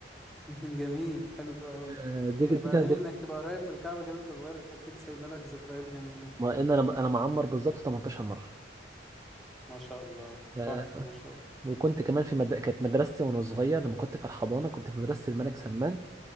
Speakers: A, in the centre; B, on the right.
A: <laughs> جميل حلو قوي
B: آه، دي
A: بعدين
B: دي كانت
A: انك
B: ذك-
A: تبقى قريب من الكعبة كده انت صغير اكيد سايبه لك ذكريات جميلة
B: ما ان انا انا معمر بالظبط 18 مره
A: ما شاء الله
B: آه،
A: تحفة ما شاء الله
B: وكنت كمان في مد... كانت مدرستي وانا صغير لما كنت في الحضانه كنت في مدرسه الملك سلمان